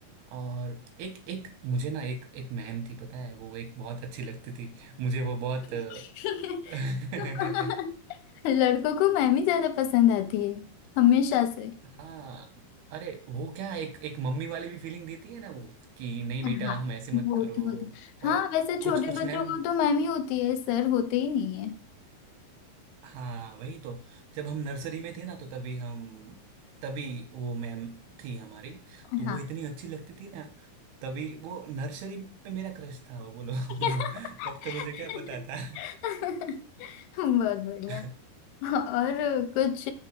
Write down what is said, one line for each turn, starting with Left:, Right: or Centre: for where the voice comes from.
Right: और एक एक मुझे ना एक एक मैम थी पता है वो एक बहुत अच्छी लगती थी मुझे वो बहुत
Left: <laughs>
Right: अ,
Left: <laughs>
Right: <laughs>
Left: लड़कों को मैमी ज्यादा पसंद आती है हमेशा से
Right: हाँ अरे वो क्या एक एक मम्मी वाली भी फीलिंग देती है ना वो कि नहीं
Left: हाँ
Right: बेटा हम ऐसे मत
Left: वो
Right: करो
Left: तो होता
Right: और
Left: हाँ वैसे छोटे
Right: कुछ कुछ मैम
Left: बच्चों को तो मैमी होती है सर होते ही नहीं है
Right: हाँ वही तो जब हम नर्सरी में थे ना तो तभी हम तभी वो मैम थी हमारी तो
Left: हाँ
Right: वो इतनी अच्छी लगती थी ना तभी वो नर्सरी में मेरा क्रश था वो बोलो <laughs>
Left: <laughs>
Right: तब तो मुझे क्या पता था
Left: बहुत बढ़िया
Right: <laughs>
Left: और कुछ